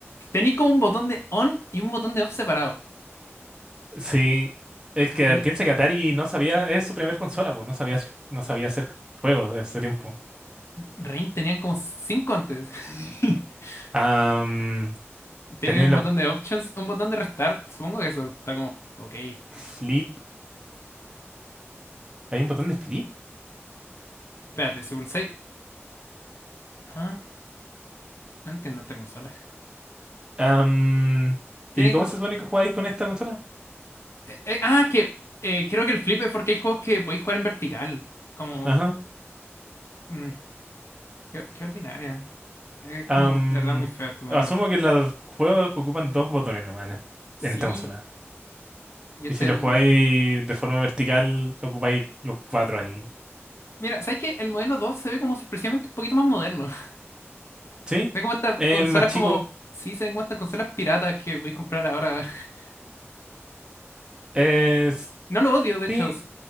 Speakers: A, on the left; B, on the right.
A: Tenéis como un botón de on y un botón de off separado.
B: Sí, es que
A: Ten...
B: piensa que Atari no sabía, es su primer consola, pues no sabía, no sabía hacer juegos de ese tiempo.
A: Rain tenían como cinco antes. <laughs>
B: Am,
A: Tienen
B: tenían
A: un
B: la
A: botón de options, un botón de restart. Supongo que eso está como, ok,
B: flip, hay un botón de flip.
A: espérate, si pulsáis. Ah, no entiendo esta consola.
B: Am,
A: Tiene
B: ¿y cómo
A: como.
B: se supone que jugáis con esta consola?
A: eh, eh, ah, que eh, creo que el flip es porque hay juegos que podéis jugar en vertical. Como.
B: Ajá.
A: mm, Qué, qué ordinaria. Es
B: Am,
A: como, de verdad, muy feo este modelo.
B: asumo que los juegos ocupan dos botones nomás en, est-
A: Sí.
B: en esta consola.
A: Y este.
B: Y si lo
A: el-
B: jugáis de forma vertical, ocupáis los cuatro ahí.
A: Mira, ¿sabes qué? El modelo 2 se ve como sorpresivamente un poquito más moderno. <laughs>
B: ¿Sí?
A: Se ve como estas
B: Es
A: consolas
B: más chico.
A: como. Sí, se ven como estas consolas piratas que voy a comprar ahora. <laughs>
B: Es,
A: No lo odio, de
B: sí,
A: hecho.